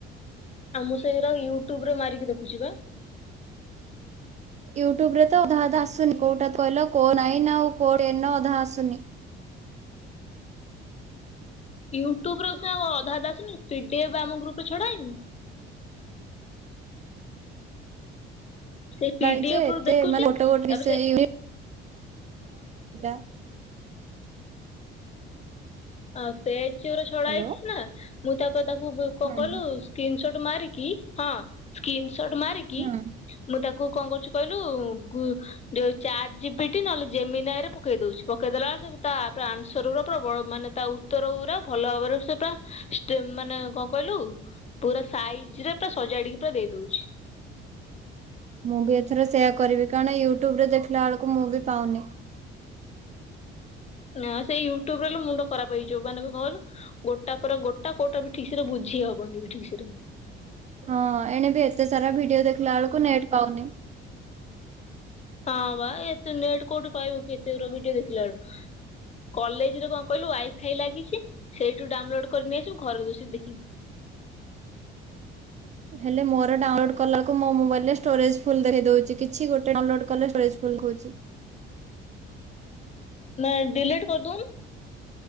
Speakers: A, on the left; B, on the right.
A: ଆ ମୁଁ ସେଇରା ୟୁଟ୍ୟୁବରେ ମାରିକି ଦେଖୁଛି ବା।
B: ୟୁଟ୍ୟୁବରେ ତ ଅଧା ଅଧା ଆସୁନି। କୋଉଟା କହିଲ କୋଉ ନାଇ ଆଉ କୋଉନ ଅଧା ଆସୁନି।
A: ୟୁଟ୍ୟୁବ ରେ ସିନା ଅଧା ଅଧା ଆସୁନି ପିଡିଏଫ୍ ଆମ ଗ୍ରୁପରେ ଛଡା ହେଇନି। ସେଇ ପିଡିଏଫ୍
B: ନାଇଁ ଯେ ଏତେ
A: ରୁ ଦେଖୁଛି
B: ମାନେ
A: ତାପରେ
B: ଗୋଟେ ଗୋଟେ ବିଷୟ
A: ସେ
B: <unintelligible>
A: ଆଁ ପେଜେ ଯୋଉରା ଛଡା
B: ହ୍ୟାଲୋ
A: ହେଇଛି ନା ମୁଁ ତାପରେ ତାକୁ କଣ
B: ହୁଁ
A: କହିଲୁ ସ୍କ୍ରିନଶଟ ମାରିକି ହଁ ସ୍କ୍ରିନଶଟ ମାରିକି
B: ହୁଁ
A: ମୁଁ ତାକୁ କଣ କରୁଛି କହିଲୁ ଗୁ ଯୋଉ ଚାର ଜିବିଟି ନହେଲେ ଜେମିନି ଆଇରେ ପକେଇ ଦଉଛି। ପକେଇ ଦେଲା ବଳେ ତା ଆନ୍ସର ର ପ୍ରବଳ ମାନେ ତା ଉତ୍ତର ପୁରା ଭଲ ଭାବରେ ସେ ପୁରା ଷ୍ଟେ ମାନେ କଣ କହିଲୁ? ପୁରା ସାଇଜ ରେ ପୁରା ସଜାଡିକି ପୁରା ଦେଇ ଦଉଛି।
B: ମୁଁ ବି ଏଥର ସେୟା କରିବି କାରଣ ୟୁଟ୍ୟୁବରେ ଦେଖିଲା ଏଳକୁ ମୁଁ ବି ପାଉନି।
A: ନା ସେଇ ୟୁଟ୍ୟୁବ ରହିଲେ ମୁଣ୍ଡ ଖରାପ ହେଇଯିବ କାହିଁ ନା କଇଲୁ? ଗୋଟା ପରେ ଗୋଟା କୋଉଟା ବି ଠିକ ସେରେ ବୁଝି ହବନି ବି ଠିକ ସେରେ।
B: ହଁ ଏଣେ ବିି ଏତେ ସାରା ଭିଡିଓ ଦେଖିଲା ବେଳକୁ ନେଟ୍ ପାଉନି।
A: ହଁ ବା ଏତେ ନେଟ କୋଉଠି ପାଇବୁ କି ଏତେ ଗୁରା ଭିଡିଓ ଦେଖିଲା ବେଳକୁ। କଲେଜରେ କଣ କହିଲୁ ୱାଇଫାଇ ଲାଗିଛି ସେଇଠୁ ଡାଉନଲୋଡ୍ କରି ନେଇ ଆସିବୁ ଘରେ ବସିକି ଦେଖିବୁ।
B: ହେଲେ ମୋର ଡାଉନଲୋଡ କଲାକୁ ମୋ ମୋବାଇଲରେ ଷ୍ଟୋରେଜ ଫୁଲ ଦେଖେଇ ଦଉଛି କିଛି ଗୋଟେ ଡ଼ାଉନ୍‌ଲୋଡ କଲେ ଷ୍ଟୋରେଜ ଫୁଲ ଦେଖଉଛି।
A: ନାଇଁ ଡିିଲଟ୍ କରିଦଉନୁ।